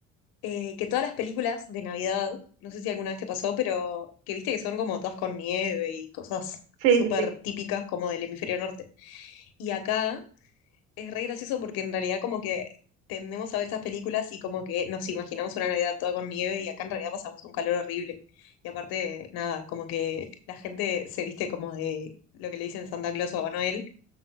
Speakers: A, on the left (about 75°); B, on the right (about 85°).
A: eh, que todas las películas de Navidad, no sé si alguna vez te pasó, pero que viste que son como todas con nieve y cosas
B: Sí,
A: súper
B: sí, sí.
A: típicas como del hemisferio norte. Y acá Es re gracioso porque en realidad como que tendemos a ver esas películas y como que nos imaginamos una Navidad toda con nieve y acá en realidad pasamos un calor horrible. Y aparte, nada, como que la gente se viste como de lo que le dicen Santa Claus o Papá Noel